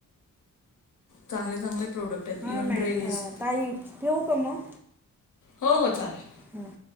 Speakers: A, on the left; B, in the centre.
A: चांगले चांगले प्रोडक्ट आहेत
B: हो
A: इव्हन
B: मॅम,
A: ड्रेस
B: अं ताई, ठेऊ का मग?
A: हो हो चालेल.
B: हम्म.